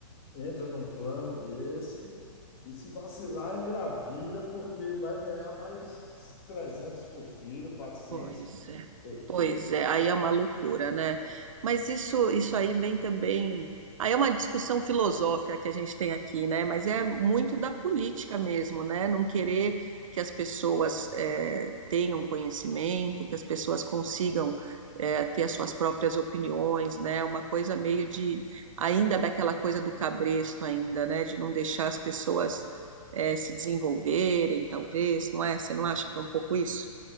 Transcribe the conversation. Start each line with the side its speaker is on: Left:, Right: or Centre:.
Left: entra num plano desse e se vacilar, engravida, porque vai ganhar mais 300 por filho, quatrocentos
Right: Pois
Left: <laughs>
Right: é,
Left: Porque-
Right: pois é, aí é uma loucura, né? Mas isso, isso aí vem também. Aí é uma discussão filosófica que a gente tem aqui, né? Mas é muito da política mesmo, né? Não querer que as pessoas eh, tenham conhecimento, que as pessoas consigam eh, ter as suas próprias opiniões, né? Uma coisa meio de ainda daquela coisa do cabresto ainda, né? De não deixar as pessoas eh, se desenvolverem, talvez, não é? Você não acha que é um pouco isso?